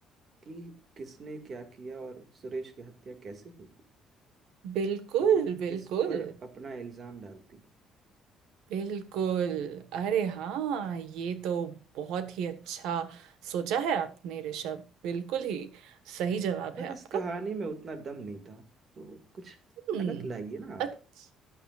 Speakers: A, on the right; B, on the right.
A: कि किसने क्या किया और सुरेश की हत्या कैसे हुई
B: बिल्कुल
A: तो वो
B: बिल्कुल
A: किस पर अपना इल्जाम डालती
B: बिल्कुल अरे हाँ ये तो बहुत ही अच्छा सोचा है आपने ऋषभ बिल्कुल ही सही जवाब
A: पर
B: है
A: इस
B: आपका
A: कहानी में उतना दम नहीं था तो कुछ
B: हम्म
A: अलग लाइए ना आप
B: अच्छ-